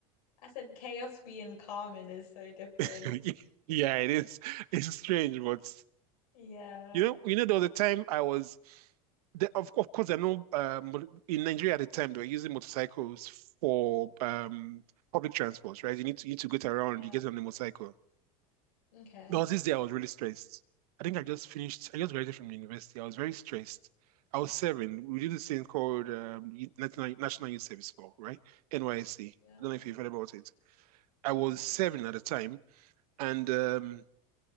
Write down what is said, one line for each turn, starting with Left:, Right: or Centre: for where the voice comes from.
Left: I said chaos being common is so different.
Right: <laughs> Yeah, it is. It's strange, but
Left: Yeah.
Right: you know, you know, there was a time I was the, of, of course, I know um, in Nigeria at the time they were using motorcycles for um, public transport, right? You need to you need to get around,
Left: Yeah.
Right: you get on the motorcycle.
Left: Okay.
Right: There was this day I was really stressed. I think I just finished, I just graduated from university. I was very stressed. I was serving. We did this thing called um, National National Youth Service Corps, right? NYSC.
Left: Yeah.
Right: don't know if you've heard about it. I was
Left: Mm.
Right: seven at the time, and um,